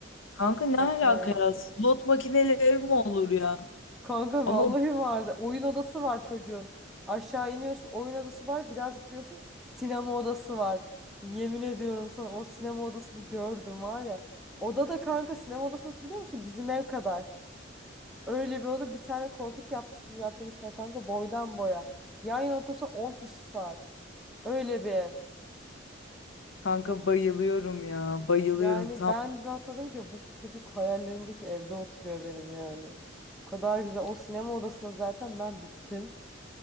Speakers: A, on the left; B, in the centre.
A: Kanka ne
B: Efe.
A: alaka ya? Slot makineli ev mi olur ya?
B: Kanka
A: Ama
B: vallahi vardı. Oyun odası var çocuğun. Aşağı iniyorsun oyun odası var. Biraz gidiyorsun sinema odası var. Yemin ediyorum sana o sinema odasını gördüm var ya. Oda da kanka sinema odası nasıl biliyor musun? Bizim ev kadar. Öyle bir oda bir tane koltuk yaptı, yaptırmışlar kanka boydan boya. Yan yana otursan 10 kişi sığar. Öyle bir ev.
A: kanka bayılıyorum ya. Bayılıyorum
B: Yani
A: tam.
B: ben de hatta dedim ki bu çocuk hayallerimdeki evde oturuyor benim yani. O kadar güzel. O sinema odasına zaten ben bittim.